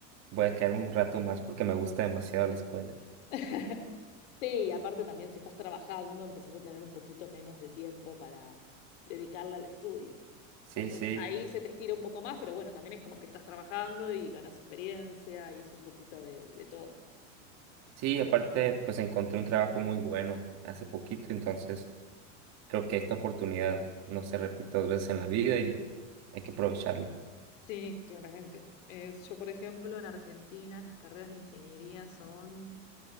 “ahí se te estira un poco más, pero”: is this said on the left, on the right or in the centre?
Left